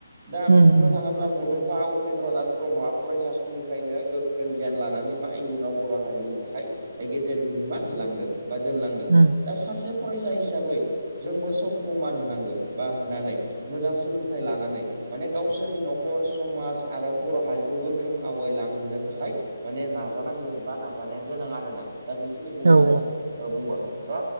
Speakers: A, on the right; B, on the right.
A: दा
B: उम
A: बुंनो थाङोब्ला बड'फा उपेन्द्रनाथ ब्रह्मआ फरायसा समनिफ्रायनो गोग ख्रों गियान लानानै मा इयुनाव बर' हारिनि थाखाय ओ गेदेर बिहोमा होलांदों। बा दोनलांदों
B: औ
A: दा सासे फरायसा हिसाबै जोंबो समखौ मान होनांगो। बा होनानै मोजां सोलोंथाइ लानानै माने गावसोरनि न'खर समाज आरो बर' हारिखौ गोख्रों आवगायलांहोनो थाखाय माने नाजानांगोन बा नाजानाया गोनां आरोना दा बिखिनिखौनो
B: औ
A: आङो ओ बुंबाय दा